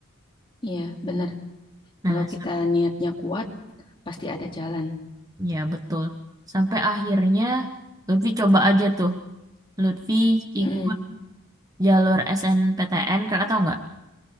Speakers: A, on the left (about 25°); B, on the right (about 15°).
A: Iya benar.
B: Nah,
A: Kalau
B: sa-
A: kita niatnya kuat, pasti ada jalan.
B: ya betul. Sampai akhirnya Lutfi coba aja tuh. Lutfi ikut
A: Mm-mm.
B: jalur SNPTN Kakak tahu nggak?